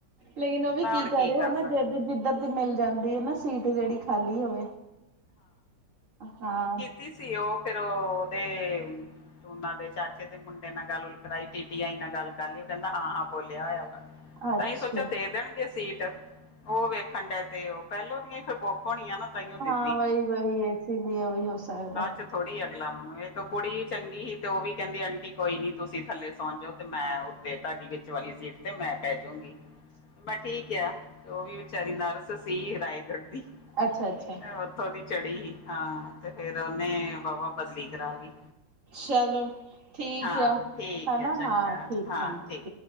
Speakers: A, on the right; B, on the left.
A: ਲੇਕਿਨ ਓ ਵੀ
B: ਮੈਂ
A: ਕੀ
B: ਹੁਣ
A: ਕਰੇ,
B: ਕਰ
A: ਹੈ ਨਾ,
B: ਸਕਦੇ
A: ਜੇ ਜੀ ਜਿੱਦ ਮਿਲ ਜਾਂਦੀ ਏ ਨਾ ਸੀਟ ਜੇੜ੍ਹੀ ਖਾਲੀ ਹੋਵੇ, ਹਾਂ।
B: ਤਿਸੀ ਓ, ਫਿਰ ਓਦੇ ਉਨ੍ਹਾਂ ਦੇ ਚਾਚ ਕੈੜੇ ਮੁੰਡੇ ਨਾਲ ਗੱਲ ਗੁਲ ਕਰਾਈ ਟੀਟੀ ਆਈ ਨਾਲ ਗੱਲ ਕਰ ਲੀ ਓ ਕੈਂਦਾ ਹਾਂ-ਹਾਂ ਬੋਲਿਆ ਹੋਇਆ ਵਾ।
A: ਅੱਛਾ।
B: ਤਾਈਂ ਸੋਚਿਆ ਦੇ ਦੇਣਗੇ ਸੀਟ। ਓਹ, ਵੇਖਣ ਡੇ ਤੇ ਓ, ਪਹਿਲੋਂ ਦੀਆਂ ਈ ਫਿਰ ਬੁੱਕ ਹੋਣੀਆਂ ਨਾ ਤਾਇਓ ਦਿਨ।
A: ਆ ਵਈ-ਵਈ, ਇਸੇ ਲਈ ਹੋਈ ਹੋ ਸਕਦਾ।
B: ਫਿਰ ਥੋੜੀ ਅਗਲਾ ਮਨਾਉ, ਐ ਤੋ ਕੁੜੀ ਚੰਗੀ, ਤੇ ਓ ਵੀ ਕੈਂਦੀ ਆਂਟੀ ਕੋਈ ਨੀ ਤੁਸੀਂ ਥੱਲੇ ਸੌ ਜਾਓ ਤੇ ਮੈਂ ਓ ਤੇ ਤਾਅੜੀ ਵਿਚ ਵਾਲੀ ਸੀਟ ਤੇ ਮੈਂ ਪੈ ਜਾਊਗੀ। ਮੈਂ ਠੀਕ ਕਿਆ, ਤੇ ਓਹ ਵੀ ਵਿਚਾਰੀ ਨਰਸ ਸੀ ਰਾਏਗੜ੍ਹ ਦੀ।
A: ਅੱਛਾ-ਅੱਛਾ
B: ਮੈਂ ਓਥੋਂ ਦੀ ਚੜੀ, ਹਾਂ ਤੇ ਫਿਰ ਓਨੇ ਵਾਵਾ ਬਦਲੀ ਕਰਾਲੀ।
A: ਚਲੋ ਠੀਕ
B: ਹਾਂ,
A: ਆ
B: ਠੀਕ
A: ਹਨਾ
B: ਏ ਚੰਗਾ,
A: ਹਾਂ ਠੀਕ
B: ਹਾਂ
A: ਹਾਂਜੀ
B: ਠੀਕ।